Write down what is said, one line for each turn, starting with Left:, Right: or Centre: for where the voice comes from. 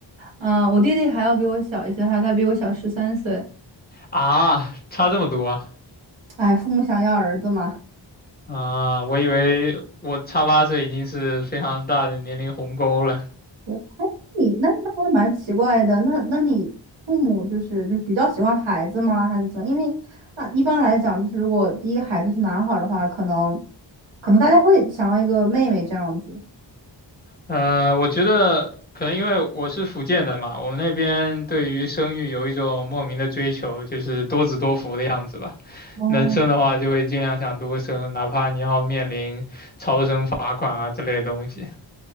Right: 嗯、我弟弟还要比我小一些，还有他比我小十三岁，
Left: 啊，差这么多啊，
Right: 哎，父母想要儿子嘛，
Left: 啊，我以为我差八岁已经是非常大的年龄鸿沟了。
Right: 对你那那还蛮奇怪的，那那你父母就是就比较喜欢孩子吗？还是怎么？因为那一般来讲，就是如果第一个孩子是男孩儿的话，可能可能大家会想要一个妹妹这样子。
Left: 呃，我觉得可能因为我是福建的嘛，我们那边对于生育有一种莫名的追求，就是多子多福的样子吧。
Right: 嗯
Left: 能生的话就会尽量想多生，哪怕你要面临超生罚款啊之类的东西。